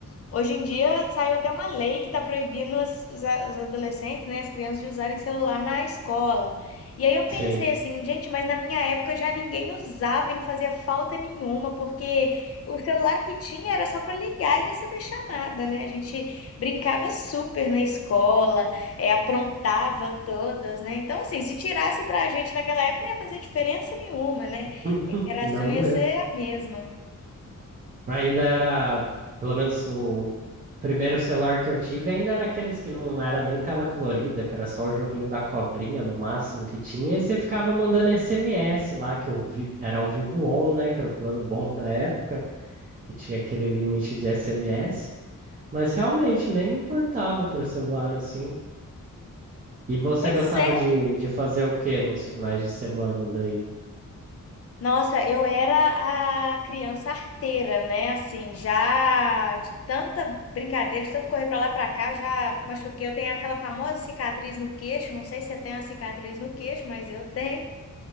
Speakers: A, on the left (about 50°); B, on the right (about 30°).
A: Hoje em dia saiu até uma lei que está proibindo as- os, a- os adolescentes, né, as crianças de usarem celular na escola. E aí eu pensei
B: Sim,
A: assim, gente, mas na minha época já ninguém usava e não fazia falta nenhuma, porque o celular que tinha era só para ligar e receber chamada, né? A gente brincava super na escola, é, aprontava todas, né? Então, assim, se tirasse para a gente naquela época, não ia fazer diferença nenhuma, né?
B: <laughs>
A: A interação
B: não
A: ia
B: mesmo.
A: ser a mesma.
B: Ainda era, pelo menos o primeiro celular que eu tive, ainda era aqueles que não era nem tela colorida, que era só o joguinho da cobrinha no máximo que tinha, e você ficava mandando SMS lá, que eu vi, era o Vivo On, né, que era o plano bom da época, que tinha aquele limite de SMS, mas realmente nem me importava para celular assim. E você
A: Pois
B: gostava
A: é,
B: de, de fazer o que nos finais de semana daí?
A: Nossa, eu era a criança arteira, né? Assim, já de tanta brincadeira, de tanto correr pra lá e pra cá, eu já machuquei. Eu tenho aquela famosa cicatriz no queixo. Não sei se você tem uma cicatriz no queixo, mas eu tenho.